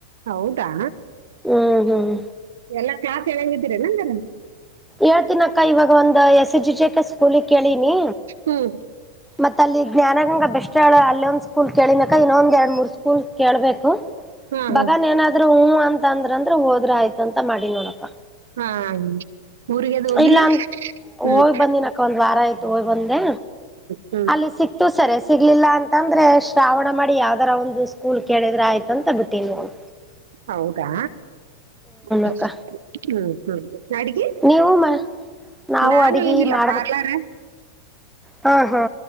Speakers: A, on the right; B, in the centre.
A: ಹೌದಾ
B: ಹ್ಮ್ ಹ್ಮ್
A: ಎಲ್ಲಾ ಕ್ಲಾಸ ಹೇಳಂಗಿದೀರಲ್ಲಂಗರ.
B: ಹೇಳ್ತೀನ ಅಕ್ಕ ಇವಾಗ ಒಂದ್ S S G J K ಸ್ಕೂಲಿಗೆ ಕೇಳಿನಿ.
A: ಹ್ಮ್
B: ಮತ್ತ ಅಲ್ಲಿ ಜ್ಞಾನ ಗಂಗ ಬೆಸ್ಟ್ ಹೇಳ ಅಲ್ಲೊಂದ್ ಸ್ಕೂಲ್ ಕೇಳಿನಕ. ಇನ್ನೊಂದ್ ಎರಡ್ ಮೂರ್ ಸ್ಕೂಲ್ ಕೇಳ್ಬೇಕು.
A: ಹಾ
B: ಬಗನ್
A: ಹಾ
B: ಏನಾದ್ರೂ ಹೂ ಅಂತ ಅಂದ್ರ ಅಂದ್ರ ಹೋದ್ರ ಆಯ್ತಂತ ಮಾಡಿನಿ ನೋಡಕ.
A: ಹಾ, ಊರಿಗೆ ಅದು ಹೋಗಿಲ್ಲ
B: ಇಲ್ಲ ಅಂತ
A: ಹ್ಮ್
B: ಹೋಗ್ ಬಂದಿನಕ್ಕ ಒಂದ್ ವಾರ ಆಯ್ತು ಹೋಗ್ ಬಂದೆ
A: ಹ್ಮ್.
B: ಅಲ್ಲಿ ಸಿ ಸಿಕ್ತು ಸರಿ ಸಿಗ್ಲಿಲ್ಲ ಅಂತಂದ್ರೆ ಶ್ರಾವಣ ಮಾಡಿ ಯಾವ್ದಾರ ಒಂದು ಸ್ಕೂಲ್ ಕೇಳಿದ್ರೆ ಆಯ್ತು ಅಂತ ಬಿಟ್ಟಿನಿ ನೋಡ.
A: ಹೌದಾ. ಹ್ಮ
B: ಅಕ್ಕ
A: ಹ್ಮ್ ಅಡಿಗಿ.
B: ನೀವು ಮ ನಾವು
A: ನಾನು
B: ಅಡಿಗೆ
A: ಏನಿಲ್ಲ
B: ಮಾಡ್ಬೇಕ
A: ಪಾರ್ಲಾರ,
B: ಹಾ ಹಾ.